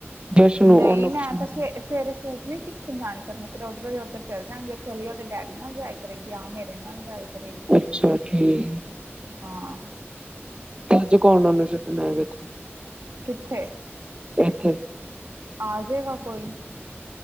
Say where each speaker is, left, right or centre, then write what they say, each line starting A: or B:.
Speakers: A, on the right (about 20°); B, on the right (about 65°).
A: ਯਸ਼ ਨੂੰ
B: ਨਹੀਂ
A: ਉਹਨੂੰ
B: ਮੈਂ
A: ਕੁਛ ਨਹੀਂ।
B: ਤਾਂ ਸਵੇ ਸਵੇਰੇ ਸੂਟ ਵੀ ਸਿੱਖਣ ਜਾਨ ਕਰਨੇ ਫਿਰ ਉੱਧਰੋਂ ਉੱਧਰ ਚੱਲ ਜਾਣਗੇ ਚੱਲ ਉਹਦੇ ਡੈਡੀ ਨਾਲ ਜਾਏ ਕਰੇਗੀ ਆਹ ਮੇਰੇ ਨਾਲ ਜਾਏਗੀ
A: ਅੱਛਾ ਠੀਕ
B: ਹਾਂ।
A: ਅੱਜ ਕੌਣ ਉਹਨੂੰ ਛੱਡਣ ਆਏਗਾ ਏਥੇ।
B: ਕਿੱਥੇ
A: ਏਥੇ
B: ਆ ਜੇਗਾ ਕੋਈ।